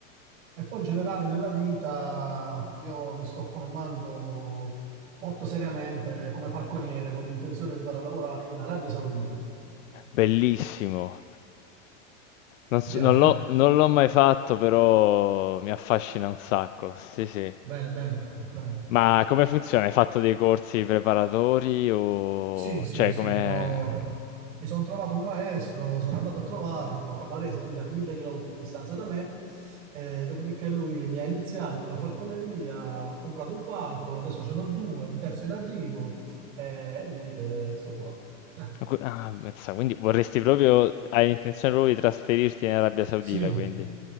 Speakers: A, on the right; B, on the left.
A: e poi in generale nella vita io mi sto formando molto seriamente come falconiere con l'intenzione di andare a lavorare in Arabia Saudita.
B: Bellissimo. Non so-
A: Ti piace?
B: non l'ho non l'ho mai fatto, però mi affascina un sacco. Sì, sì.
A: Bene, bene, bene.
B: Ma come funziona? Hai fatto dei corsi preparatori o...
A: Sì, sì,
B: cioè
A: sì,
B: come...
A: io mi sono trovato un maestro, sono andato a trovarlo a Varese, quindi a mille chilometri di distanza da me, eh, dopodiché lui mi ha iniziato la falconeria, ho comprato un falco, adesso ce n'ho due, un terzo in arrivo, eh, e niente, sto qua. Eh,
B: Qu ah, mazza, quindi vorresti proprio hai intenzione proprio di trasferirti in Arabia Saudita,
A: sì,
B: quindi.